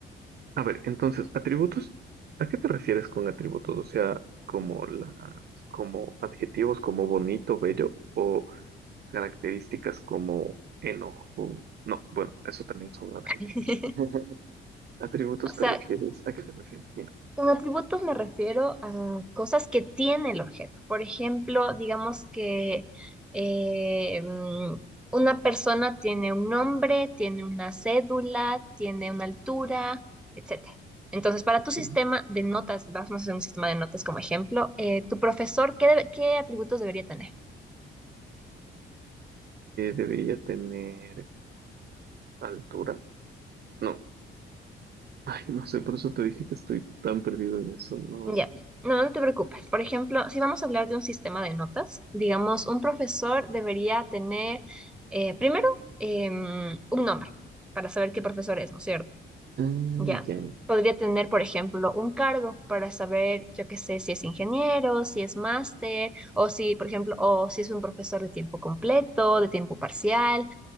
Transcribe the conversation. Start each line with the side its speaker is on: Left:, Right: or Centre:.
Right: A ver, entonces, atributos, ¿a qué te refieres con atributos? O sea, como las, como adjetivos como bonito, bello o características como enojo. No, bueno, eso también son adjetivos.
Centre: <laughs>
Right: <laughs> ¿Atributos
Centre: O sea,
Right: te refieres? ¿A qué te refieres? Dime.
Centre: Con atributos me refiero a cosas que tiene el objeto. Por ejemplo, digamos que eh, mm, una persona tiene un nombre, tiene una cédula, tiene una altura, etcétera. Entonces, para tu sistema
Right: Eh,
Centre: de notas, vamos a hacer un sistema de notas como ejemplo, eh, tu profesor, ¿qué, debe- qué atributos debería tener?
Right: debería tener altura. No. Ay, no sé, por eso te dije que estoy tan perdido en eso. No.
Centre: Ya, no, no te preocupes. Por ejemplo, si vamos a hablar de un sistema de notas, digamos, un profesor debería tener eh, primero em, un nombre para saber qué profesor es, ¿no es cierto?
Right: Ah,
Centre: Ya.
Right: ya.
Centre: Podría tener, por ejemplo, un cargo para saber, yo qué sé, si es ingeniero, si es máster, o si, por ejemplo, o si es un profesor de tiempo completo, de tiempo parcial.